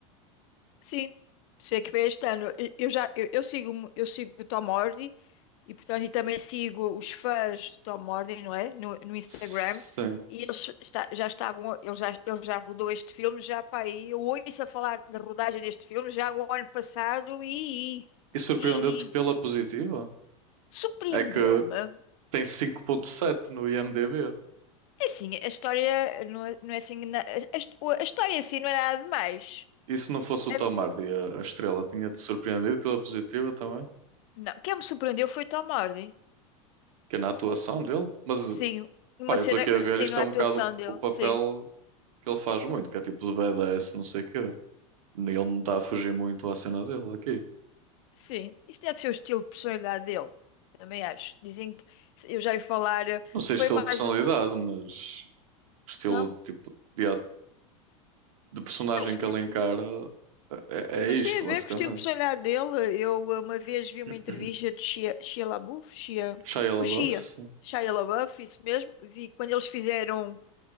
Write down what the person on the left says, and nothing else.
Sim, sei que foi este ano. Eu eu já eu, eu sigo eu sigo o Tom Hardy e portanto e também sigo os fãs do Tom Hardy, não é? No, no Instagram
e eles está- já estavam ele já ele já rodou este filme já para aí. Eu ouço a falar da rodagem deste filme já o ano passado e
e,
e
surpreendeu-me.
É Assim, a história não é, não é assim na- a, a- a história em si não é nada demais.
A-
Não, quem me surpreendeu foi o Tom Hardy.
Sim, uma
cena,
sim,
na
atuação
dele,
sim,
sim. Isso deve ser o estilo de personalidade dele, também acho. Dizem que eu já ia falar, eh,
foi mais.
Não,
acho
que
isso.
tem-
Mas
tem a ver
com o estilo de personalidade dele. Eu eh, uma vez vi uma
entrevista de Shia, Shia LaBeouf, Shia,
o Shia,
Shia LaBeouf, isso mesmo. Vi quando eles fizeram,